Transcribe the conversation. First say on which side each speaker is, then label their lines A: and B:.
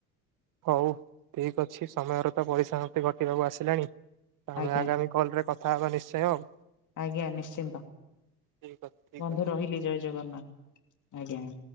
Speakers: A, on the right; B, on the left.
A: ହଉ ଠିକ୍ ଅଛି ସମୟରେ ତ ପଇସମାପ୍ତି ଘଟିବାକୁ ଆସିଲାଣି ଆମେ
B: ଆଜ୍ଞା
A: ଆଗାମୀ କଲରେ କଥା ହେବା ନିଶ୍ଚୟ ଆଉ।
B: ଆଜ୍ଞା ନିଶ୍ଚିନ୍ତ
A: ଠିକ୍ ଅଛି ଠିକ୍
B: ବନ୍ଧୁ
A: ଅଛି
B: ରହିଲି ଜୟ ଜଗନ୍ନାଥ ଆଜ୍ଞା।